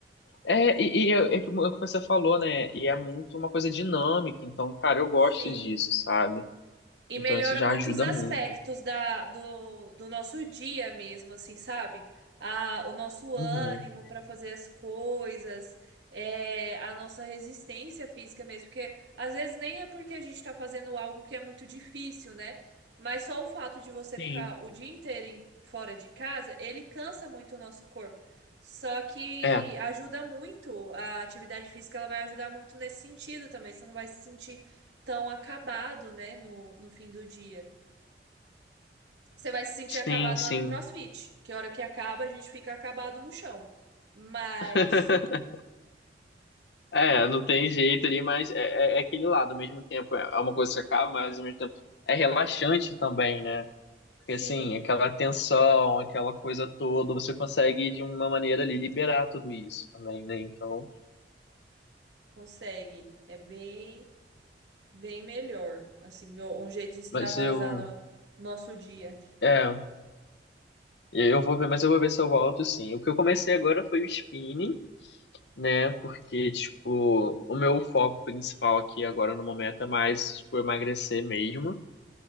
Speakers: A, on the left; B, on the right.
A: É, e, e é, é que o que você falou, né? E é muito uma coisa dinâmica, então, cara, eu gosto
B: Sim.
A: disso, sabe?
B: E
A: Então
B: melhora
A: isso já
B: muitos
A: ajuda
B: aspectos
A: muito.
B: da, do, do nosso dia mesmo, assim, sabe? A, o nosso ânimo
A: Uhum.
B: para fazer as coisas, é, a nossa resistência física mesmo, porque às vezes nem é porque a gente está fazendo algo que é muito difícil, né? Mas só o fato de você
A: Sim.
B: ficar o dia inteiro em- fora de casa, ele cansa muito o nosso corpo. Só que
A: É,
B: ajuda muito, a atividade física ela vai ajudar muito nesse sentido também. Você não vai se sentir tão acabado, né, no, no fim do dia. Você vai se sentir
A: sim,
B: acabado
A: sim.
B: lá no CrossFit, que a hora que acaba a gente fica acabado no chão. Mas
A: <laughs> É, não tem jeito ali, mas é, é, é aquele lado, ao mesmo tempo é é uma coisa que acaba, mas ao mesmo tempo é relaxante também, né? Porque
B: sim,
A: assim, aquela tensão, aquela coisa toda, você consegue de uma maneira ali liberar tudo isso também, né? Então,
B: consegue. É bem, bem melhor. Assim, um um jeito de extravasar
A: mas eu,
B: no nosso dia.
A: é, eu vou ver, mas eu vou ver se eu volto sim. O que eu comecei agora foi o spinning, né? Porque, tipo, o meu foco principal aqui agora no momento é mais, tipo, emagrecer mesmo.